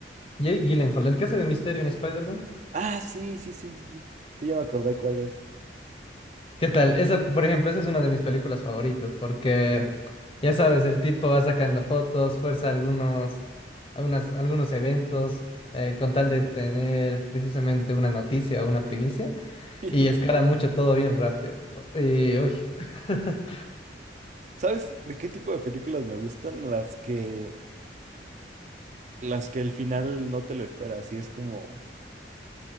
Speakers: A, on the left (about 30°); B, on the right (about 40°).
A: Jake Gyllenhaal, el que hace de Misterio en Spider-Man.
B: Ah, sí, sí, sí, sí. Sí, ya me acordé cuál es.
A: ¿Qué tal? Esa, por ejemplo, esa es una de mis películas favoritas porque, ya sabes, el tipo va sacando fotos, fuerza algunos, algunas, algunos eventos, eh, con tal de tener precisamente una noticia o una primicia,
B: <laughs>
A: y escala mucho todo bien rápido. Y, uy. <laughs>
B: ¿Sabes de qué tipo de películas me gustan? Las que, las que el final no te lo esperas y es como,